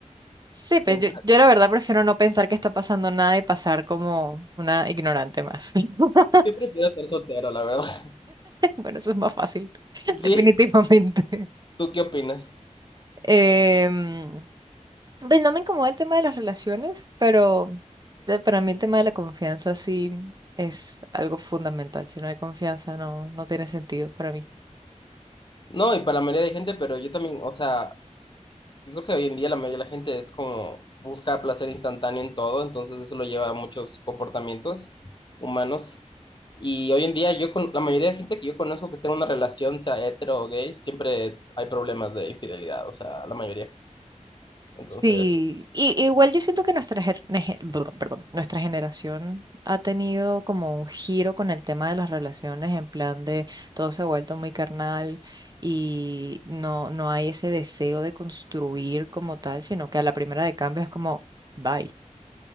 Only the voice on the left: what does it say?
mental.
Yo prefiero estar soltero, la verdad. <laughs>
Sí,
¿tú qué opinas?
No, y para la mayoría de gente, pero yo también, o sea, Yo creo que hoy en día la mayoría de la gente es como busca placer instantáneo en todo, entonces eso lo lleva a muchos comportamientos humanos. Y hoy en día yo con la mayoría de gente que yo conozco que esté en una relación, sea hetero o gay, siempre hay problemas de infidelidad, o sea, la mayoría. Entonces,